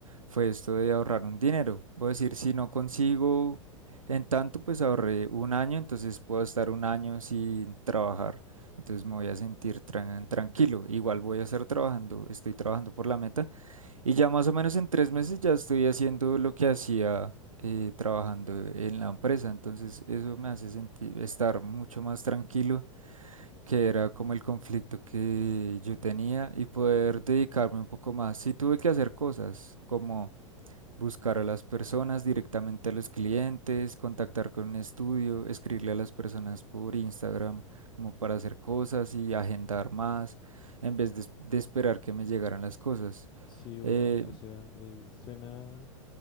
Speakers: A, on the right; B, on the left.
A: fue esto de ahorrar un dinero. Voy a decir, si no consigo en tanto, pues ahorré un año, entonces puedo estar un año sin trabajar. Entonces me voy a sentir tran- tranquilo. Igual voy a estar trabajando, estoy trabajando por la meta, y ya más o menos en tres meses ya estoy haciendo lo que hacía eh, trabajando en la empresa. Entonces eso me hace sentir estar mucho más tranquilo, que era como el conflicto que yo tenía y poder dedicarme un poco más. Sí tuve que hacer cosas como buscar a las personas directamente a los clientes, contactar con un estudio, escribirle a las personas por Instagram como para hacer cosas y agendar más en vez de de esperar que me llegaran las cosas.
B: Sí, bueno,
A: Eh,
B: o sea, eh, suena...